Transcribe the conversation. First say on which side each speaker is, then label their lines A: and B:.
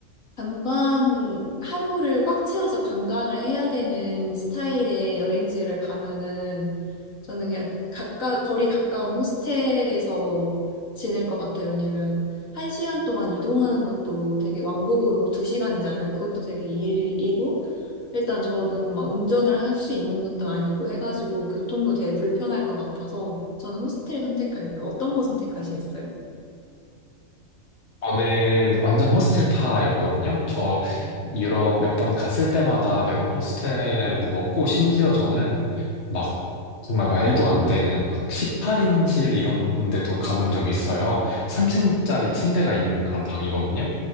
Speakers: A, on the left (about 75°); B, on the left (about 55°).
A: 관광, 하루를 꽉 채워서 관광을 해야 되는 스타일의 여행지를 가면은 저는 그냥 가까, 거리 가까운 호스텔에서 지낼 것 같아요. 왜냐면 한 시간 동안 이동하는 것도 되게 왕복으로 두 시간이잖아요. 그것도 되게 일이고, 일단 저는 막 운전을 할 수 있는 것도 아니고 해가지고 교통도 되게 불편할 것 같아서 저는 호스텔 선택할래요. 어떤 거 선택하시겠어요?
B: 저는 완전 호스텔파였거든요. 저 유럽 몇 번 갔을 때마다 매번 호스텔에 묵었고 심지어 저는 막 정말 말도 안 되는 막 18인실 이런 데도 가본 적이 있어요. 3층짜리 침대가 있는 그런 방이거든요.